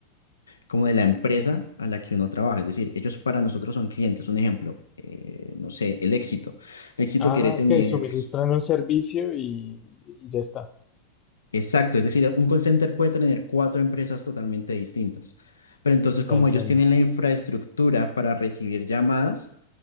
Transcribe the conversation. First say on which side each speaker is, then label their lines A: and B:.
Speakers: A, on the left; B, on the left.
A: como de la empresa a la que uno trabaja. Es decir, ellos para nosotros son clientes. Un ejemplo, eh, no sé, el Éxito. El Éxito
B: Ah,
A: quiere tener,
B: ok, suministran un servicio y, y ya está,
A: exacto, es decir, un call center puede tener cuatro empresas totalmente distintas. Pero entonces, como
B: ya entiendo.
A: ellos tienen la infraestructura para recibir llamadas,